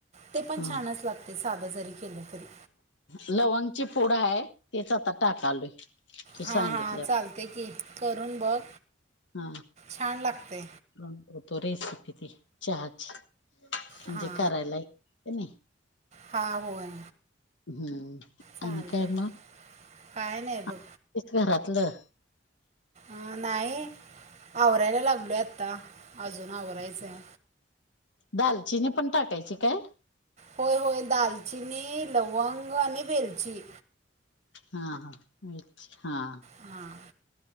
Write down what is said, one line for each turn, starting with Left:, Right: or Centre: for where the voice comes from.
Right: ते
Left: हा
Right: पण छानच लागतंय साधं जरी केलं तरी.
Left: लवंगची पुड आहे तेच आता टाकालोय. तू
Right: हा
Left: सांगितल्या
Right: हा चालते की. करून बघ,
Left: हा
Right: छान लागते
Left: <unintelligible> तो रेसिपी ती चहाची. म्हणजे
Right: हां
Left: करायला येत की नाही.
Right: हा, होय.
Left: हं,
Right: चालते
Left: आणि काय मग
Right: काय नाही बघ
Left: <inaudible> घरातलं
Right: अं नाही. आवरायला लागलो आत्ता, अजून आवरायचंये.
Left: दालचिनी पण टाकायची काय?
Right: होय होय दालचिनी, लवंग आणि वेलची.
Left: हां हां, वेलची हां.
Right: हां